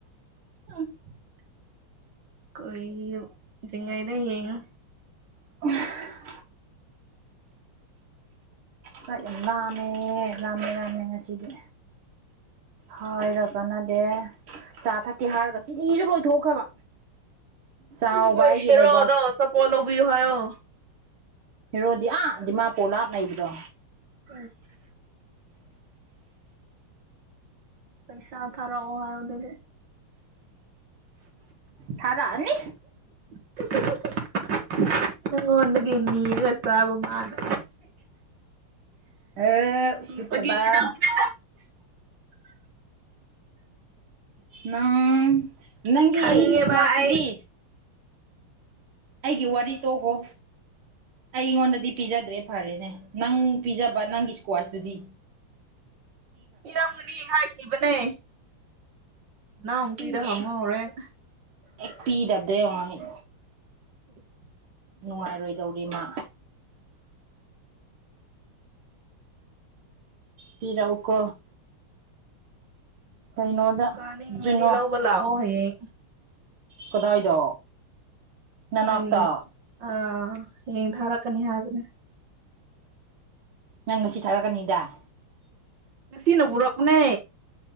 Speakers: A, on the right; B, on the right.
A: <inaudible> ꯑꯩꯌꯣ ꯎꯗ꯭ꯔꯤꯉꯥꯏꯗ ꯌꯦꯉꯣ
B: <unintelligible> ꯆꯥꯛ ꯌꯥꯝ ꯂꯥꯝꯃꯦ ꯂꯥꯝꯃꯦ ꯂꯥꯝꯃꯦ ꯉꯁꯤꯗꯤ ꯍꯥꯏꯔ ꯀꯥꯟꯅꯗꯦ ꯆꯥ ꯊꯛꯀꯦ ꯍꯥꯏꯔꯒ ꯆꯤꯅꯤꯁꯨ ꯂꯣꯏꯊꯣꯛꯈ꯭ꯔꯕ ꯆꯥꯎꯕ
A: ꯅꯣꯏ
B: ꯑꯩꯒꯤ
A: ꯍꯦꯔꯣꯗꯣ
B: ꯂꯩꯕꯥꯛꯁꯦ
A: ꯑꯆꯥꯄꯣꯠ ꯂꯧꯕꯤꯌꯨ ꯍꯥꯏꯌꯣ
B: ꯍꯦꯔꯣꯗꯤ ꯑꯥ ꯗꯤꯃꯥꯄꯨꯔ ꯂꯥꯞꯅ ꯂꯩꯕꯗꯣ
A: ꯑꯩꯁ ꯄꯩꯁꯥ ꯊꯥꯔꯛꯑꯣ ꯍꯥꯏꯑꯣ ꯑꯗꯨꯗꯤ
B: ꯊꯥꯔꯛꯑꯅꯤ
A: <unintelligible> ꯑꯩꯉꯣꯟꯗꯒꯤ ꯅꯤꯔꯒ ꯆꯥꯕ ꯃꯥꯅ
B: ꯑꯦ ꯎꯁꯤꯠꯇꯕ
A: ꯐꯒꯤ ꯇꯧꯕꯅꯦ
B: ꯅꯥ꯬꯬ꯅꯪꯒꯤ
A: ꯈꯪꯉꯦꯕ
B: ꯏꯁꯀ꯭ꯋꯥꯁꯇꯨꯗꯤ
A: ꯑꯩ
B: ꯑꯩꯒꯤ ꯋꯥꯔꯤ ꯇꯣꯛꯈꯣ ꯑꯩꯉꯣꯟꯗꯗꯤ ꯄꯤꯖꯗ꯭ꯔꯦ ꯐꯔꯦꯅꯦ ꯅꯪ ꯄꯤꯖꯕ ꯅꯪꯒꯤ ꯏꯁ꯭ꯀ꯭ꯋꯥꯁꯇꯨꯗꯤ
A: ꯏꯔꯝꯒꯅꯤ ꯍꯥꯏꯈꯤꯕꯅꯦ ꯏꯅꯥꯎꯅꯨꯄꯤꯗ
B: ꯄꯤ
A: ꯍꯪꯉꯣ
B: ꯑꯦ
A: ꯍꯣꯔꯦꯟ
B: ꯍꯦꯛ ꯄꯤꯗꯕꯗ ꯌꯦꯡꯉꯣ ꯑꯩ
A: ꯏꯁ
B: ꯅꯨꯡꯉꯥꯏꯔꯣꯏꯗꯧꯔꯤ ꯃꯥ ꯄꯤꯔꯛꯎꯀꯣ ꯀꯩꯅꯣꯗ
A: ꯆꯥꯅꯤꯡꯉꯗꯤ
B: ꯖꯨꯅꯣ
A: ꯂꯧꯕ ꯂꯥꯛꯑꯣ ꯍꯌꯦꯡ
B: ꯀꯗꯥꯏꯗ ꯅꯅꯥꯛꯇ
A: ꯑꯩ ꯑꯥ ꯍꯌꯦꯡ ꯊꯥꯔꯛꯀꯅꯤ ꯍꯥꯏꯕꯅꯦ
B: ꯅꯪ ꯉꯁꯤ ꯊꯥꯔꯛꯀꯅꯤꯗꯥꯏ
A: ꯉꯁꯤꯅ ꯄꯨꯔꯛꯄꯅꯦ